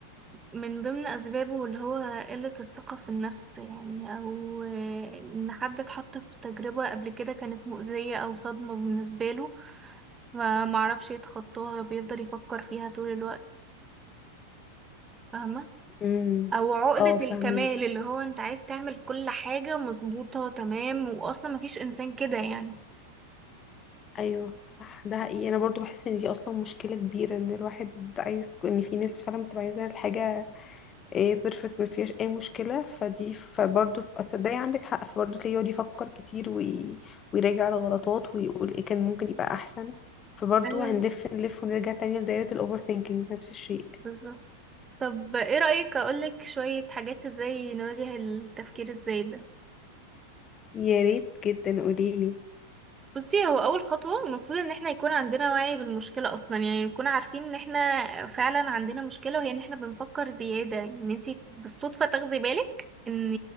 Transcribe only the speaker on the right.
من ضمن أسبابه اللي هو قلة الثقة في النفس يعني أو إن حد اتحط في تجربة قبل كده كانت مؤذية أو صدمة بالنسبة له فمعرفش يتخطاها بيفضل يفكر فيها طول الوقت فاهمة
أو عقدة
الكمال اللي هو أنت عايز تعمل كل حاجة مظبوطة تمام وأصلا مفيش إنسان كده يعني
ايوه
بالظبط طب ايه رأيك اقولك شوية حاجات ازاي نواجه التفكير الزايد ده
بصي هو اول خطوة المفروض ان احنا يكون عندنا وعي بالمشكلة اصلا يعني نكون عارفين ان احنا فعلا عندنا مشكلة وهي ان احنا بنفكر زيادة ان انتي بالصدفة تاخدي بالك ان